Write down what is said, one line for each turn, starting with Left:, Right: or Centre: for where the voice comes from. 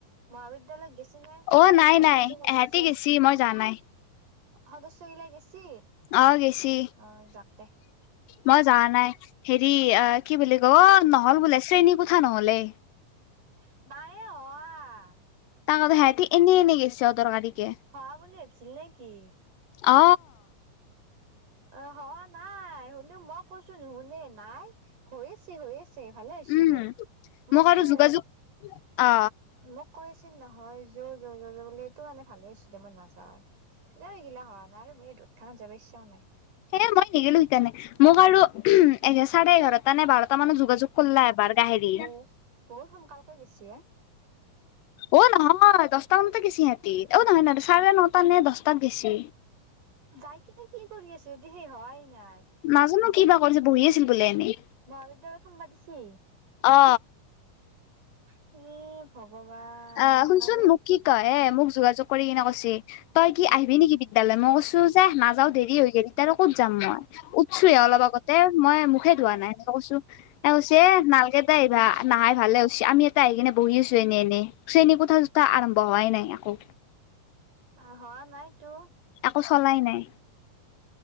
Right: মহাবিদ্যালয়ত গছিল ন
Left: অ
Right: সংগঠনটো
Left: নাই নাই
Right: সদস্য,
Left: এহেঁতি গেছি মই যোৱা নাই
Right: সদস্য গিলাক গেছি
Left: অ', গেছি
Right: অ যাকতে
Left: মই যোৱা নাই হেৰি অ কি বুলি ক নহ'ল বোলে শ্ৰেণীকোঠা নহ'লে।
Right: <unintelligible>
Left: সেহেতি এনেই এনেই গেছে অদৰকাৰীকে।
Right: অহা বুলি ভাবিছিল নে কি?
Left: অ।
Right: অ হহোৱা নাই হ'লেও মই কৈছো নুশুনে নাই, হৈ আছে হৈ আছে আছে ভালেই হৈছে
Left: উম
Right: দে মোক
Left: আৰু
Right: কৈ
Left: যোগাযোগ অ
Right: মোক কৈ আছিল নহয় যো য য য বুলি এইটো মানে ভালে হৈছিলে মই নাযাওঁ। এইগিলা হোৱা নাই আৰু মোৰ এই ৰ'দখনত যাব ইচ্ছাও নাই।
Left: এ মই নেগেলো সেইকাৰণে মোক আৰু চাৰে এঘাৰটা নে বাৰটা মানত যোগাযোগ কলা এবাৰ গাহেৰি
Right: বহু বহুত সোনকালকে গেছে।
Left: অ নহয় দচটা মানতে গেছে সিহতি অ নহয় নহয় চাৰে নটা নে দচটাত গেছি।
Right: যাই কিনে কি কৰি আছে ইহঁতি শেষ হোৱাই নাই।
Left: নাজানো কিবা কৰিছে বঢ়ি আছিল বোলে এনেই।
Right: মহাবিদ্যালয়ত সোমবা দিছি
Left: অ
Right: <unintelligible> ভগৱান!
Left: আ শুনচোন
Right: নাযাওঁ
Left: মোক কি কয় এ মোক যোগাযোগ কৰি কিনে কৈছে তই কি আহিবি নিকি বিদ্যয়ালয়? মই কৈছো ছো যে নাযাও দেৰি হৈ গে'ল এতিয়া আৰু ক'ত যাম মই। উঠিছোহে অলপ আগতে মই মুখেই ধোৱা
Right: অ অ
Left: নাই তৰপা কৈছো এ কৈছে নালগে <unintelligible> নাহাই ভালেই হৈছে আমি ইয়াতে আহি কিনে বঢ়ি আছো এনেই এনেই। শ্ৰেণী কোঠা-চোঠা আৰম্ভ হোৱাই নাই একো।
Right: অ হোৱা নাইতো।
Left: আকো চলাই নাই।